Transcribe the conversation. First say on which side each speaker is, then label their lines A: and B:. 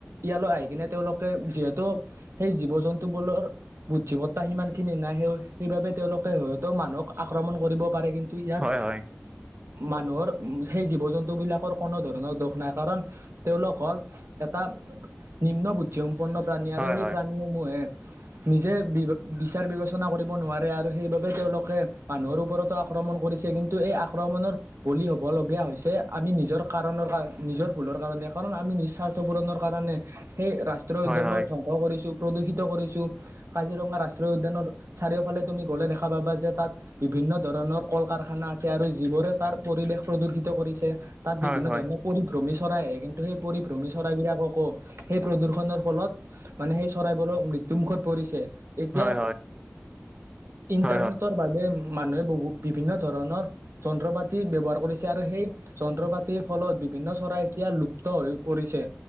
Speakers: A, on the right; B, on the right.
A: ইয়ালৈ আহি কিনে তেওঁলোকে যিহেতু সেই জীৱ জন্তু বোৰৰ বুদ্ধিমত্তা সিমান খিনি নাই। সেই-সেইবাবে তেওঁলোকে হয়তো মানুহক আক্ৰমণ কৰিব পাৰে কিন্তু, ত ইয়াত
B: হয় হয়
A: মানুহৰ উম, সেই জীৱ-জন্তু বিলাকৰ কোনো ধৰণৰ দোষ নাই কাৰণ তেওঁলোক হ'ল, এটা নিম্ন বুদ্ধিসম্পন্ন প্ৰাণী
B: হয়
A: আৰু সেই
B: হয়
A: প্ৰাণীসমূহে নিজে বি বিচাৰ বিবেচনা কৰিব নোৱাৰে আৰু সেইবাবে তেওঁলোকে মানুহৰ ওপৰতে আক্ৰমণ কৰিছে, কিন্তু এই আক্ৰমণৰ বলি হ'ব, হ'বলগীয়া হৈছে আমি নিজৰ কাৰণৰ কাৰ নিজৰ ভুলৰ কাৰণে। কাৰণ আমি নিস্বাৰ্থ পূৰণৰ কাৰণে সেই ৰাষ্ট্ৰীয়
B: হয়
A: উদ্যানবোৰ
B: হয়
A: ধ্বংস কৰিছো, প্ৰদূষিত কৰিছো। কাজিৰঙা ৰাষ্ট্ৰীয় উদ্যানৰ চাৰিওফালে তুমি গ'লে দেখা পাবা যে তাত বিভিন্ন ধৰণৰ কল কাৰখানা আছে আৰু যিবোৰে তাৰ পৰিৱেশ, প্ৰদূৰ্শিত কৰিছে তাত বিভিন্ন
B: হয় হয়
A: ধৰণৰ পৰিভ্ৰমী চৰাই আহে কিন্তু সেই পৰিভ্ৰমী চৰাইবিলাককো, সেই প্ৰদূষনৰ ফলত মানে সেই চৰাইবোৰৰ মৃত্যুমুখত পৰিছে। এতিয়া
B: হয় হয় হয় হয় হয়
A: ইণ্টাৰনেটৰ
B: হয়
A: বাবে মানুহে বহু বিভিন্ন ধৰণৰ যন্ত্ৰ পাতি ব্যৱহাৰ কৰিছে। আৰু সেই যন্ত্ৰপাতিৰ ফলত বিভিন্ন চৰাই এতিয়া লুপ্ত হৈ পৰিছে।